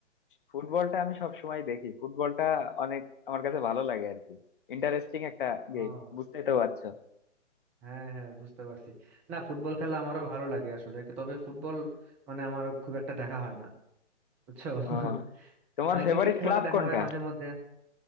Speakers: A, on the left; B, in the centre.
A: ফুটবলটা আমি সব সময় দেখি ফুটবলটা অনেক আমার কাছে ভালো লাগে আর কি ইন্টারেস্টিং একটা
B: ও
A: গেম বুঝতেই তো পারছো
B: হ্যাঁ হ্যাঁ বুঝতে পারছি না ফুটবল খেলা আমারও ভালো লাগে আসলে কি- তবে ফুটবল মানে আমার খুব একটা দেখা হয় না বুঝছো <laughs>
A: ও, তোমার
B: আহ,
A: ফেভারিট
B: ক্রিকেট খেলাটা
A: ক্লাব
B: দেখা
A: কোনটা
B: হয় মাঝে মধ্যে